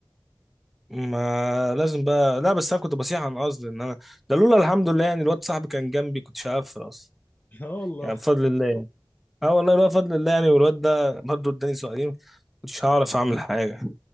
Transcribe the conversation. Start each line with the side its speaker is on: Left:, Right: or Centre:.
Centre: ما لازم بقى لا بس انا كنت بصيح عن قصدي ان انا ده لولا الحمد لله يعني الواد صاحبي كان جنبي كنت هقفل اصلا
Left: <laughs> لا والله
Centre: يعني بفضل الله يعني. اه والله لولا فضل الله يعني والواد ده برضه اداني سؤالين كنتش هعرف اعمل حاجه